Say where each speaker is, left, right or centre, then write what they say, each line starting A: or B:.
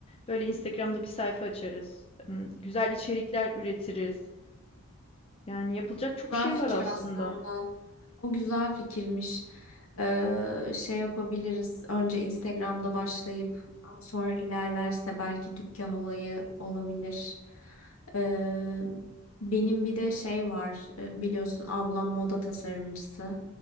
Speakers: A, on the left; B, on the left.
A: Böyle Instagram'da bir sayfa açarız. M, Güzel içerikler üretiriz. Yani yapılacak çok
B: Güzel
A: şey
B: fikir
A: var aslında.
B: aslında. O güzel fikirmiş. Ee, şey yapabiliriz. Önce Instagram'da başlayıp sonra ilerlerse belki dükkan olayı olabilir. Ee, benim bir de şey var. Ee, Biliyorsun ablam moda tasarımcısı.